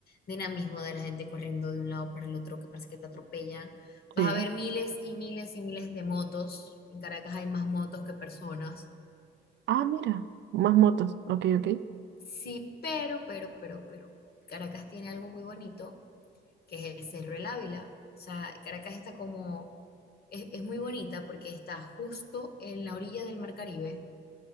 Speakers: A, on the left (about 50°); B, on the right (about 65°).
A: dinamismo de la gente corriendo de un lado para el otro que parece que te atropellan. Vas
B: Sí.
A: a ver miles y miles y miles de motos. En Caracas hay más motos que personas.
B: Ah, mira. Más motos. Ok, ok.
A: Sí, pero, pero, pero, pero, Caracas tiene algo muy bonito que es el Cerro El Ávila. O sea, Caracas está como, es, es muy bonita porque está justo en la orilla del Mar Caribe.